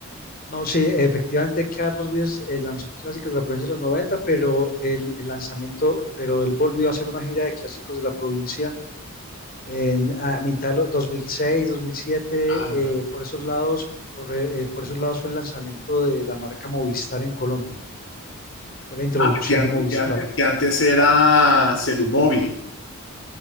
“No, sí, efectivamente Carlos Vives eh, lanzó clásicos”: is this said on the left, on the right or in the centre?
Left